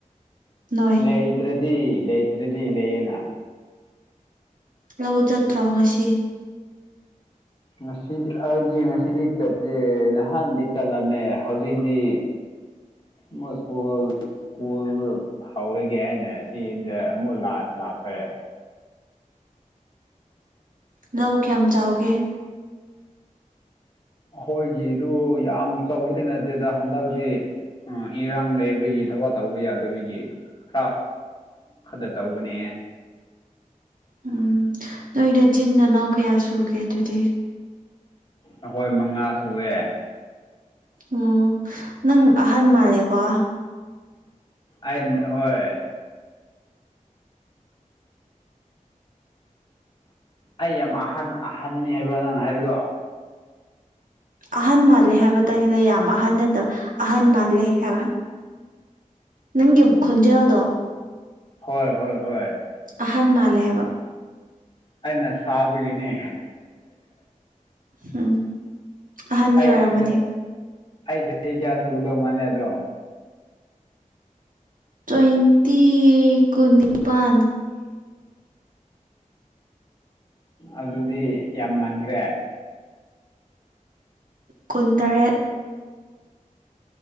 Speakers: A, on the right (about 80°); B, on the left (about 35°).
A: ꯅꯣꯏ
B: ꯂꯩꯇ꯭ꯔꯗꯤ ꯂꯩꯇ꯭ꯔꯗꯤ ꯂꯩꯌꯦꯅ
A: ꯂꯧ ꯆꯠꯇ꯭ꯔꯣ ꯉꯁꯤ
B: ꯉꯁꯤꯗꯤ ꯑꯩꯗꯤ ꯉꯁꯤꯗꯤ ꯆꯠꯇꯦ ꯅꯍꯥꯟꯗꯤ ꯆꯠꯂꯝꯃꯦ ꯍꯧꯖꯤꯛꯇꯤ
A: ꯎ
B: ꯃꯣꯏ ꯀꯣꯜ ꯁ꯭ꯀꯨꯜ ꯍꯧꯔꯒꯦ ꯍꯥꯏꯅ ꯁꯤꯗ ꯑꯃꯨꯛ ꯂꯥ ꯂꯥꯛꯈ꯭ꯔꯦ
A: ꯂꯧ ꯀꯌꯥꯝ ꯆꯥꯎꯒꯦ
B: ꯑꯍꯣꯏꯒꯤꯗꯨ ꯌꯥꯝ ꯆꯥꯎꯕꯗꯤ ꯅꯠꯇꯦꯗ ꯍꯟꯗꯛꯇꯤ ꯑ ꯏꯔꯥꯡ ꯂꯩꯕꯒꯤ ꯊꯕꯛ ꯇꯧꯕ ꯌꯥꯗꯕꯒꯤ ꯈ꯭ꯔ ꯈꯗ ꯇꯧꯕꯅꯦ
A: ꯎꯝ ꯅꯣꯏ ꯅꯆꯤꯟ ꯅꯅꯥꯎ ꯀꯌꯥ ꯁꯨꯒꯦ ꯑꯗꯨꯗꯤ
B: ꯑꯍꯣꯏ ꯃꯉꯥ ꯁꯨꯑꯦ
A: ꯎꯝ ꯅꯪ ꯑꯍꯟ ꯃꯥꯜꯂꯦꯀꯣ
B: ꯑꯩꯅ ꯍꯣꯏ ꯑꯩ ꯌꯥꯝ ꯑꯍꯟ ꯑꯍꯟꯅꯤ ꯍꯥꯏꯕ꯭ꯔꯥ ꯅꯪ ꯍꯥꯏꯕꯗꯣ
A: ꯑꯍꯟ ꯃꯥꯜꯂꯦ ꯍꯥꯏꯕꯇꯅꯤꯗ ꯌꯥꯝ ꯑꯍꯟ ꯅꯠꯇꯕ ꯑꯍꯟ ꯃꯥꯜꯂꯦ ꯍꯥꯏꯕ ꯅꯪꯒꯤ ꯈꯣꯟꯖꯦꯜꯗꯣ
B: ꯍꯣꯏ ꯍꯣꯏ ꯍꯣꯏ
A: ꯑꯍꯟ ꯃꯥꯜꯂꯦ ꯍꯥꯏꯕ
B: ꯑꯩꯅ ꯁꯥꯕꯒꯤꯅꯦ
A: ꯎꯝ ꯑꯍꯟꯗꯤ
B: ꯑꯩ
A: ꯑꯣꯏꯔꯝꯃꯅꯤ
B: ꯑꯩ ꯑꯩ ꯆꯍꯤ ꯀꯌꯥ ꯁꯨꯒꯗꯧ ꯃꯥꯜꯂꯦ ꯑꯗꯣ
A: ꯇ꯭ꯋꯦꯟꯇꯤ ꯀꯨꯟꯅꯤꯄꯥꯟ
B: ꯑꯗꯨꯗꯤ ꯌꯥꯝ ꯃꯟꯈ꯭ꯔꯦ
A: ꯀꯨꯟꯇꯔꯦꯠ